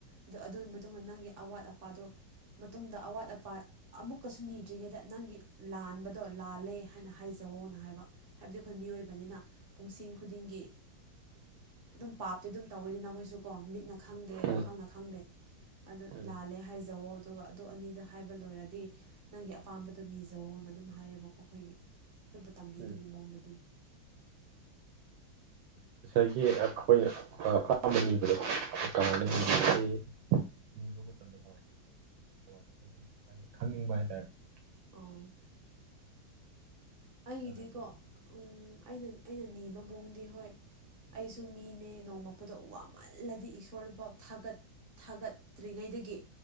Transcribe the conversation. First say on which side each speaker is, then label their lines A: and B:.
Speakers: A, on the right; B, on the right.
A: ꯑꯗ ꯑꯗꯨꯒꯤ ꯃꯇꯨꯡꯗ ꯅꯪꯒꯤ ꯑꯋꯥꯠ ꯑꯄꯥꯗꯨ ꯃꯇꯨꯡꯗ ꯑꯋꯥꯠ ꯑꯄꯥ ꯑꯃꯨꯛꯀꯁꯨ ꯅꯤꯗ꯭ꯔꯤꯉꯩꯗ ꯅꯪꯒꯤ ꯂꯥꯟꯕꯗꯣ ꯂꯥꯜꯂꯦ ꯍꯥꯏꯅ ꯍꯥꯏꯖꯑꯣꯅ ꯍꯥꯏꯕ ꯍꯥꯏꯕꯗꯤ ꯑꯩꯈꯣꯏ ꯃꯤꯑꯣꯏꯕꯅꯤꯅ ꯄꯨꯡꯁꯤꯡ ꯈꯨꯗꯤꯡꯒꯤ ꯑꯗꯨꯝ ꯄꯥꯞꯇꯤ ꯑꯗꯨꯝ ꯇꯧꯋꯦꯅꯤ ꯅꯈꯣꯏꯁꯨꯀꯣ ꯃꯤꯠꯅ ꯈꯪꯗꯦ
B: ꯎꯝ
A: ꯋꯥꯈꯜꯅ ꯈꯪꯗꯦ ꯑꯗꯨ
B: ꯎꯝ
A: ꯂꯥꯜꯂꯦ ꯍꯥꯏꯖꯋꯣ ꯑꯗꯨꯒ ꯑꯗꯨ ꯑꯅꯤꯗ ꯍꯥꯏꯕ ꯂꯣꯏꯔꯗꯤ ꯅꯪꯒꯤ ꯑꯄꯥꯝꯕꯗꯨꯣ ꯅꯤꯖꯧꯅ ꯑꯗꯨꯝ ꯍꯥꯏꯌꯦꯕꯀꯣ ꯑꯩꯈꯣꯏꯒꯤ ꯑꯩꯈꯣꯏꯕꯨ ꯇꯝꯕꯤꯕꯒꯤ
B: ꯎꯝ
A: ꯃꯑꯣꯡꯗꯗꯤ
B: ꯉꯁꯥꯏꯒꯤ ꯑꯩꯈꯣꯏꯅ ꯄꯄꯥꯝꯕ ꯅꯤꯕꯗꯣ ꯀꯃꯥꯏꯅ
A: ꯎꯝ
B: ꯕ ꯍꯥꯏꯌꯦ ꯅꯤꯕ ꯃꯇꯝꯗ ꯀꯃꯥꯏꯅ ꯍꯥꯏꯗꯤ ꯀꯃꯥꯏ ꯑꯩ ꯁꯨꯝ ꯍꯥꯏꯗꯤ ꯈꯪꯅꯤꯡꯕ ꯍꯥꯏꯇꯥꯔꯦ <inaudible>
A: ꯑꯣ ꯑꯩꯒꯤꯗꯤꯀꯣ
B: ꯍꯥꯏꯕꯤꯔꯛꯑꯣ
A: ꯎ ꯑꯩꯅ ꯑꯩꯅ ꯅꯤꯕ ꯃꯣꯡꯗꯤ ꯍꯣꯏ ꯑꯩꯁꯨ ꯃꯤꯅꯦ ꯅꯣꯡꯃ ꯐꯗꯣ ꯋꯥꯃꯜꯂꯗꯤ ꯏꯁꯣꯔꯐꯥꯎ ꯊꯥꯒꯠ ꯊꯥꯒꯠꯇ꯭ꯔꯤꯉꯩꯗꯒꯤ